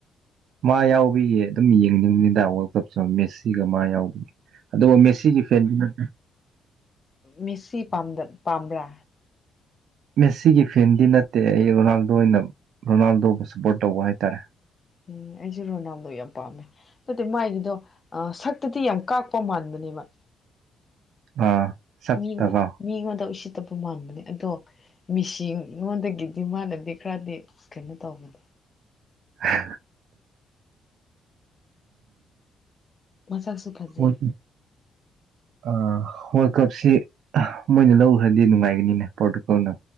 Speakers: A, on the right; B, on the left.
A: ꯃꯥ ꯌꯥꯎꯕꯤꯒꯤ ꯑꯗꯨꯝ ꯌꯦꯡꯅꯤꯡꯉꯦꯗ ꯋꯥꯔꯜ ꯀꯞꯁꯨ ꯃꯦꯁꯤꯒ ꯃꯥ ꯌꯥꯎꯕꯤꯒꯤ ꯑꯗꯨꯕꯨ ꯃꯦꯁꯤꯒꯤ ꯐꯦꯟꯗꯤ ꯅꯠꯇꯦ
B: ꯃꯦꯁꯦ ꯄꯥꯝꯗ ꯄꯥꯝꯕ꯭ꯔꯥ
A: ꯃꯦꯁꯤꯒꯤ ꯐꯦꯟꯗꯤ ꯅꯠꯇꯦ ꯑꯩ ꯔꯣꯅꯥꯜꯗꯣ ꯑꯣꯏꯅ ꯔꯣꯅꯥꯜꯗꯣꯕꯨ ꯁꯞꯄꯣꯔꯠ ꯇꯧꯕ ꯍꯥꯏꯇꯥꯔꯦ
B: ꯎꯝ ꯑꯩꯁꯨ ꯔꯣꯅꯥꯜꯗꯣ ꯌꯥꯝ ꯄꯥꯝꯃꯦ ꯑꯗꯨꯗꯤ ꯃꯥꯒꯤꯗꯣ ꯁꯛꯇꯗꯤ ꯌꯥꯝ ꯀꯥꯛꯄ ꯃꯥꯟꯕꯅꯦꯕ
A: ꯑꯥ ꯁꯛꯇꯒ
B: ꯃꯤꯉꯣꯟ ꯃꯤꯉꯣꯟꯗ ꯎꯁꯤꯠ ꯇꯕ ꯃꯥꯟꯕꯅꯦ ꯑꯗꯣ ꯃꯤꯁꯤ ꯃꯉꯣꯟꯗꯒꯤ ꯃꯥꯟꯅꯗꯤ ꯈꯔꯗꯤ ꯀꯩꯅꯣ ꯇꯧꯕꯅꯦ
A: <unintelligible> ꯍ
B: ꯃꯁꯛꯁꯨ ꯐꯖꯩ
A: ꯑ <unintelligible> ꯋꯥꯔꯜ ꯀꯞꯁꯤ ꯃꯣꯏꯅ ꯂꯧꯈ꯭ꯔꯗꯤ ꯅꯨꯡꯉꯥꯏꯒꯅꯤꯅꯦ ꯄꯣꯔꯇꯨꯀꯜꯅ